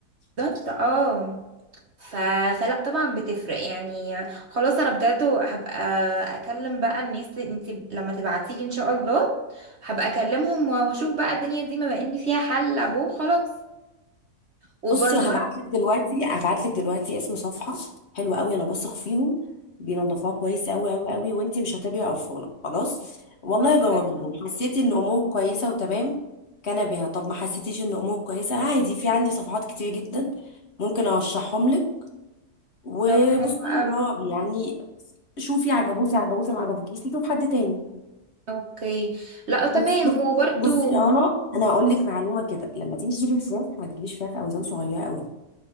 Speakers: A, on the right (about 45°); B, on the left (about 45°).
A: بالظبط اه ف... فلا طبعا بتفرق يعني خلاص انا بجد هبقى اكلم بقى الناس انت لما تبعتيلي ان شاء الله هبقى اكلمهم واشوف بقى الدنيا دي بما ان فيها حل اهو خلاص وبرمرة
B: بصي هبعتلك دلوقتي هبعتلك دلوقتي اسم صفحة حلوة قوي انا بثق فيهم بينظفوها كويس قوي قوي قوي وانتي مش هتبقي قرفانة خلاص والله
A: طب حلو
B: جاوبيهم حسيتي ان امورك كويسة وتمام كان بها طب ما حسيتيش ان امورك كويسة عادي في عندي صفحات كتير جدا ممكن ارشحهم لك وبصي
A: طب حلو قوي
B: جاوبي يعني شوفي عجبوكي عجبوكي ما عجبوكيش نشوف حد تاني
A: اوكي لا تمام
B: بس بصي
A: وبرده
B: بصي يا انا انا هقول لك معلومة كده لما تيجي تجيبي الفراخ ما تجيبيش فراخ اوزان صغيرة قوي